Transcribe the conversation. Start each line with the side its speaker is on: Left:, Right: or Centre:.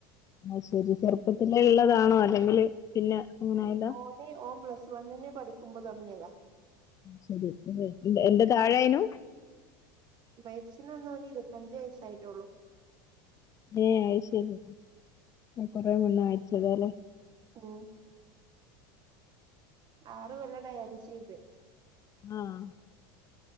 Left: ങാ ശരി ചെറുപ്പത്തിലേ ഉള്ളതാണോ അല്ലെങ്കിൽ പിന്നെ അങ്ങനെ ആയതാ
Right: ഓന് ഓൻ പ്ലസ് വണ്ണിന് പഠിക്കുമ്പോ തുടങ്ങിയതാ
Left: ശരി എന്റെ താഴെആയിനോ
Right: വയസ്സിനെന്നാണെങ്കി ഇരുപത്തഞ്ച് വയസ്സായിട്ടുള്ളൂ
Left: ഏ അഴ്ശരി കൊറെ മുന്ന അയച്ചതാല്ലേ
Right: ഓ ആറ് കൊല്ലം ടയാലിസെയ്ത്
Left: ആഹ്